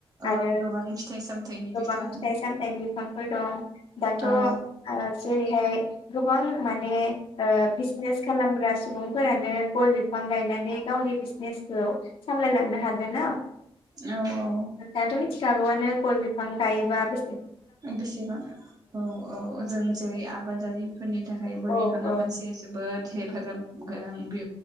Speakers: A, on the right; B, on the left.
A: औ
B: आरो
A: गोबां फिथाइ सामथाइनि
B: गोबां
A: बिफां
B: फिथाइ सामथाइनि फिफांफोर दं दाथ
A: औ
B: ओ जेरैहाय गोबां माने ओ बिजिनेस खालामग्रा सुबुंफोरानो गय बिफां गायनानै गावनि बिजनेसखौ सामलायलांनो हादों ना
A: औ औ
B: नोंथाङाथ' <unintelligible> गय बिफां गायोबा बे
A: बेसेबां औ औ जों जेरै आबादारिफोरनि थाखाय गय
B: औ
A: बिफाङा
B: औ
A: मोनसे जोबोद हेफाजाब गोनां बे